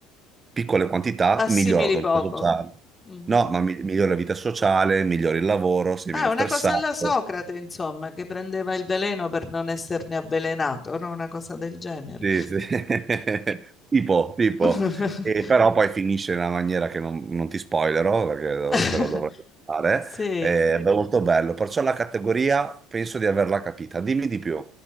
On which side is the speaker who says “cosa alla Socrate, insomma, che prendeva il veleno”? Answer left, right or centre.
Left